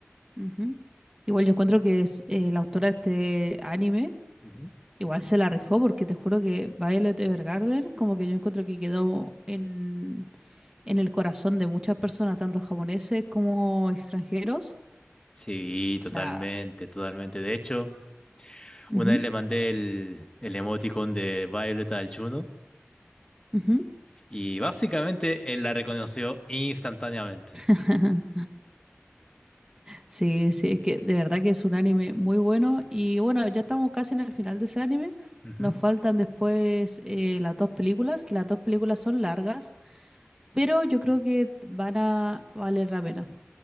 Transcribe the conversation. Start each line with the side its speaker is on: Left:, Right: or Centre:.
Right: ujú. Igual yo encuentro que es eh, la autora de este anime.
Left: Ujú.
Right: Igual se la rifó porque te juro que Violet Evergarden, como que yo encuentro que quedó en, en el corazón de muchas personas, tanto japoneses como extranjeros.
Left: Sí,
Right: O
Left: totalmente,
Right: sea,
Left: totalmente. De hecho,
Right: ujú,
Left: una vez le mandé el, el emoticon de Violeta al Juno
Right: ujú,
Left: y básicamente él la reconoció instantáneamente.
Right: ajá. Sí, sí, es que de verdad que es un anime muy bueno. Y bueno, ya estamos casi en el final de ese anime.
Left: Ujú,
Right: Nos faltan después eh, las dos películas, que las dos películas son largas, pero yo creo que van a valer la pena.